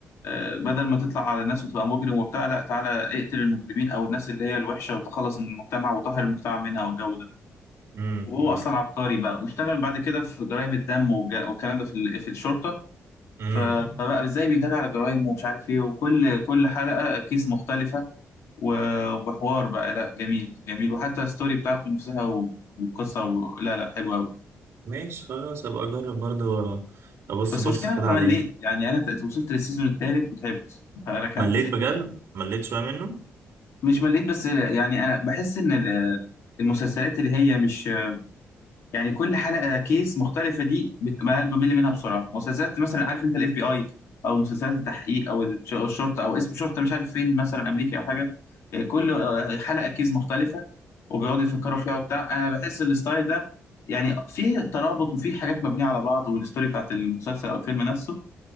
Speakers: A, on the left; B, on the right.
A: آه، بدل ما تطلع على الناس وتبقى مجرم وبتاع لا تعالى اقتل المجرمين او الناس اللي هي الوحشة وتخلص من المجتمع وطهر المجتمع منها والجو ده
B: امم
A: وهو اصلا عبقري بقى واشتغل بعد كده في جرائم الدم والج- والكلام ده في ال- في الشرطه
B: امم
A: ف- فبقى ازاي بيداري على جرائم ومش عارف ايه وكل كل حلقه كيس مختلفه و- وحوار بقى لا جميل جميل وحتى الستوري بتاعته نفسها و- وقصه و... لا لا حلوه قوي
B: ماشي خلاص ابقى اجرب برضو ابص
A: بس
B: بص
A: المشكله
B: كده
A: انا
B: عليه
A: مليت يعني انا ت- وصلت للسيزون الثالث وتعبت فركنت
B: مليت بجد مليت شوية منه
A: مش مليت بس يعني انا بحس ان ال- المسلسلات اللي هي مش يعني كل حلقه كيس مختلفه دي بت- بمل منها بسرعه مسلسلات مثلا عارف انت الاف بي اي او مسلسلات التحقيق او الش- الشرطه او اسم شرطه مش عارف فين مثلا امريكي او حاجه آه، كل آه، حلقه كيس مختلفه وبيقعدوا يفكروا فيها وبتاع انا بحس الستايل ده يعني فيه ترابط وفيه حاجات مبنيه على بعض والستوري بتاعت المسلسل او الفيلم نفسه